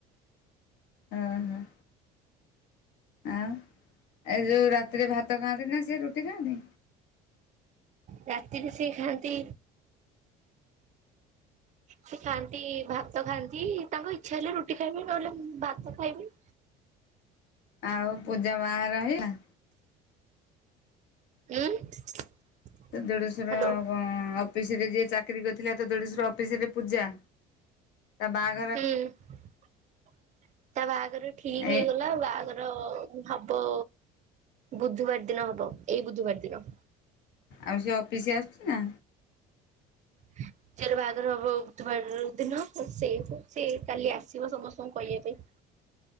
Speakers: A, on the left; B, on the right.
A: ଅ ହଁ। ଆଉ ଏ ଯୋଉ ରାତିରେ ଭାତ ଖାଆନ୍ତି ନା ସିଏ ରୁଟି ଖାଆନ୍ତି?
B: ରାତିରେ ସେ ଖାଆନ୍ତି ସେ ଖାଆନ୍ତି ଭାତ ଖାଆନ୍ତି ତାଙ୍କ ଇଚ୍ଛା ହେଲେ ରୁଟି ଖାଇବେ ନହେଲେ ଭାତ ଖାଇବେ?
A: ଆଉ ପୂଜା ବା ରହିଲା?
B: <unintelligible>
A: ସେ ଦେଢଶୁର
B: ହ୍ୟାଲୋ
A: ବା <unintelligible> ଅଫିସ ରେ ଯିଏ ଚାକିରି କରିଥିଲେ ତ ଦେଢଶୁର ଅଫିସରେ ପୂଜା ତା ବାହା
B: ହୁଁ ତା ବାହାଘର ଠିକ ହେଇଗଲା
A: ଏ
B: ବାହାଘର ର ହବ ବୁଧବାର ଦିନ ହବ ଏଇ ବୁଧବାର ଦିନ।
A: ଆଉ ସେ ଅଫିସ ଆସୁଛି ନା?
B: ହୁଁ ତାର ବାହାଘର ହେବ ବୁଧବାର ଦିନ ସେ ସେ କାଲି ଆସିବ ସମସ୍ତଙ୍କୁ କହିବା ପାଇଁ।